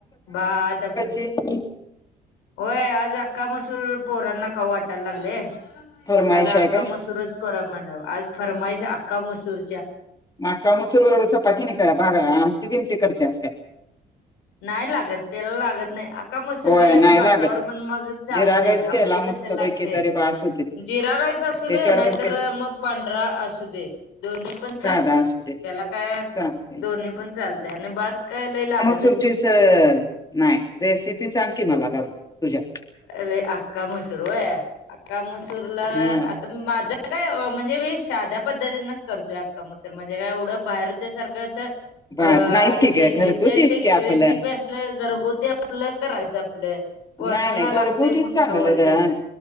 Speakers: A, on the left; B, on the left.
A: भात आपलं.
B: ते.
A: होय आज अख्खा मसूर पोरांना खाऊ वाटायला लागलंय.
B: फरमाईश
A: म्हटलं आता अख्खा
B: हाय काय?
A: मसूरच करा म्हन. आज फरमाईश अख्खा मसूर.
B: आख्खा मसूर बरोबर चपाती नाही का? बा आमटी बिमटी करते स काय?
A: नाय लागत. त्याला लागत नाही. आ आख्खा मसूर
B: होय
A: केला
B: नाही
A: की भातावर
B: लागत.
A: पण मग चालतय.
B: जिरा राईस केला
A: आमटी
B: मस्तपैकी
A: कशा लागतय?
B: तरी बास होते.
A: जिरा राईस असू
B: त्याच्यावर
A: दे, नाहीतर
B: पण ते
A: मग पांढरा असू दे. दोन्ही पण चालते
B: साधा असू दे
A: त्याला. काय
B: चालतंय
A: दोन्ही पण चालतय. आणि भात काय लय लागत
B: तुमचीच नाय. रेसिपी सांग की मला तुझ्या
A: अरे आख्खा मसूर व्हय? आख्खा मसूरला
B: हं
A: माझ काय अ म्हणजे मी साध्या पद्धतींच करतोय आख्खा मसुर. म्हणजे काय एवढ बाहेर च्यासारख अस अ
B: बर
A: आता
B: नाहीत की
A: ते
B: ग घरगुतीच
A: एकझनटेक
B: की आपलं.
A: रेसिप्या अस आपल घरगुती आपल, करायच आपल.
B: नाही
A: <unintelligible>
B: नाही
A: ना लागते
B: घरगुतीच
A: मग
B: चांगलं
A: आवडते,
B: ग.